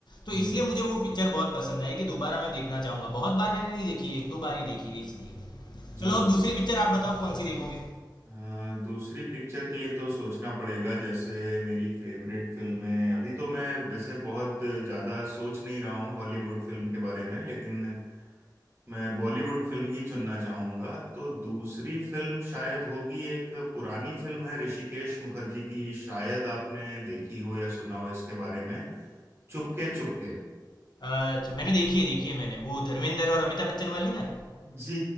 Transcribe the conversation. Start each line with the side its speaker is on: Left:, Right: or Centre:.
Left: तो
Right: हम्म
Left: इसलिए मुझे
Right: हम्म,
Left: वो पिक्चर बहुत पसंद आई कि दोबारा मैं देखना चाहूँगा। बहुत बार मैंने नहीं देखी है, 1-2 बार ही देखी है इसलिए।
Right: जी
Left: चलो अब दूसरी
Right: जी
Left: पिक्चर आप बताओ कौन सी देखोगे?
Right: अ, दूसरी पिक्चर के लिए तो सोचना पड़ेगा जैसे मेरी फेवरेट फिल्में अभी तो मैं वैसे बहुत ज्यादा सोच नहीं रहा हूँ हॉलीवुड फिल्म के बारे में लेकिन मैं बॉलीवुड फिल्म ही चुनना चाहूंगा तो दूसरी फिल्म शायद होगी एक पुरानी फिल्म है ऋषिकेश मुखर्जी की शायद आपने देखी हो या सुना हो इसके बारे में चुपके चुपके
Left: अच्छा मैंने देखी है देखी है मैंने। वो धर्मेंद्र और अमिताभ बच्चन वाली ना?
Right: जी